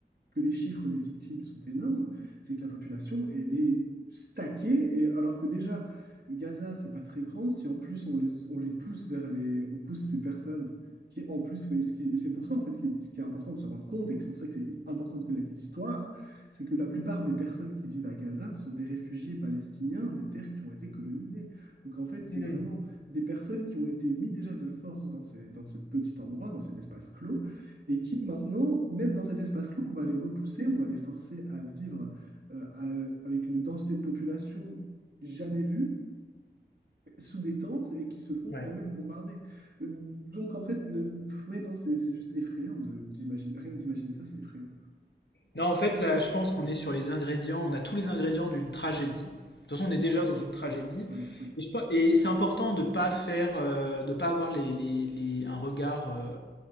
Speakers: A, on the right; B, on the left.
A: que les chiffres des victimes sont énormes, c'est que la population, elle est stackée, et alors que déjà, Gaza, c'est pas très grand, si en plus on les, on les pousse vers les... On pousse ces personnes qui, en plus, ce qui- et c'est pour ça, en fait, qui- ce qui est important de se rendre compte, et que c'est pour ça que c'est important de connaître l'histoire, c'est que la plupart des personnes qui vivent à Gaza sont des réfugiés palestiniens des terres qui ont été colonisées. Donc, en fait, c'est
B: Hmm.
A: vraiment des personnes qui ont été mises déjà de force dans ces, dans ce petit endroit, dans cet espace clos, et qui maintenant, même dans cet espace clos, on va les repousser, on va les forcer à vivre euh, à- avec une densité de population jamais vue, sous des tentes, et qui se font
B: Ouais.
A: elles-mêmes bombarder. Euh, Donc en fait, le... ouais, non, c'est c'est juste effrayant de- d'imaginer, rien que d'imaginer ça, c'est effrayant.
B: Non, en fait, là, je pense qu'on est sur les ingrédients, on a tous les ingrédients d'une tragédie. De toute façon, on est déjà dans une tragédie.
A: Ouais, oui.
B: Et, je pense- et c'est important de pas faire, euh, de pas avoir les, les- les- un regard euh,